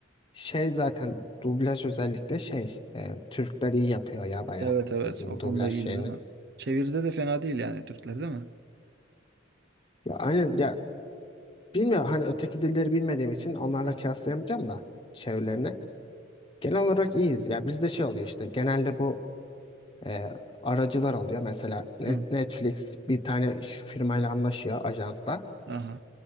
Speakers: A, on the left; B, on the right.
A: şey zaten dublaj özellikle şey e, Türkler iyi yapıyor ya baya
B: Evet evet
A: bizim
B: o konuda
A: dublaj
B: iyi
A: şeyini.
B: değil mi? Çeviride de fena değil yani Türkler değil mi?
A: Ya aynen ya bilmiyorum hani öteki dilleri bilmediğim için onlarla
B: Hı.
A: kıyaslayamayacağım da çevirilerini. Genel olarak iyiyiz. Ya bizde şey oluyor işte genelde bu e, aracılar oluyor. Mesela Ne-
B: Hı.
A: Netflix bir tane ş- firmayla anlaşıyor ajansla.
B: Aha,